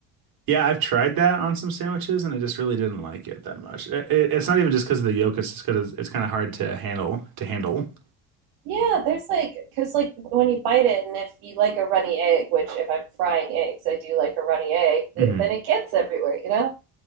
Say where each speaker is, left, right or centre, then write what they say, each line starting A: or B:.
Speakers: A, on the right; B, on the right.
A: Yeah, I've tried that on some sandwiches and I just really didn't like it that much. It, it's not even just because of the yolk; it's just because it's, it's kind of hard to handle to handle.
B: Yeah, there's like because like when you bite it, and if you like a runny egg, which if I'm frying eggs, I do like a runny egg,
A: hmm
B: th- then it gets everywhere, you know?